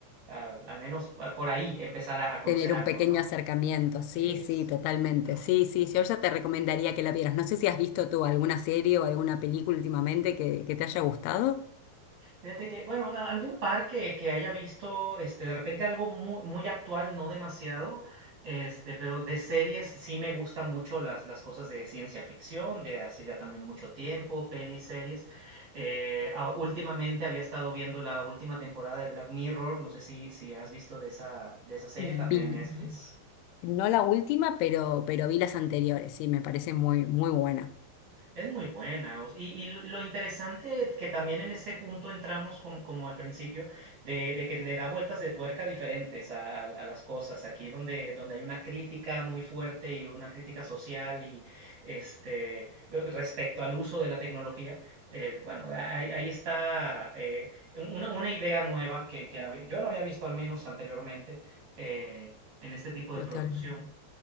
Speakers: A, on the right; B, on the left.
A: Ah, al menos ah, por ahí empezar a, a conocer
B: Tener
A: algo,
B: un pequeño
A: ¿no?
B: acercamiento, sí,
A: Es,
B: sí, totalmente.
A: ujú.
B: Sí, sí, yo ya te recomendaría que la vieras. No sé si has visto tú alguna serie o alguna película últimamente que, que te haya gustado.
A: Fíjate que, bueno, a- algún par que, que haya visto, este, de repente algo muy, muy actual, no demasiado, este, pero de series sí me gustan mucho las, las cosas de ciencia ficción, de hace ya también mucho tiempo, pelis, series. Eh, a- últimamente había estado viendo la última temporada de Black Mirror, no sé si, si has visto de esa, de esa serie
B: Vi,
A: también en Netflix.
B: no la última, pero, pero vi las anteriores, sí, me parece muy, muy buena.
A: Es muy buena. o- Y, y lo lo interesante que también en ese punto entramos como, como al principio, de, de que le da vueltas de tuerca diferentes a, a- a las cosas. Aquí donde, donde hay una crítica muy fuerte y una crítica social y este eh, respecto al uso de la tecnología, eh, bueno, a- ahí, ahí está eh, una, una idea nueva que, que hab- yo no había visto al menos anteriormente eh, en este tipo de
B: Total.
A: producción.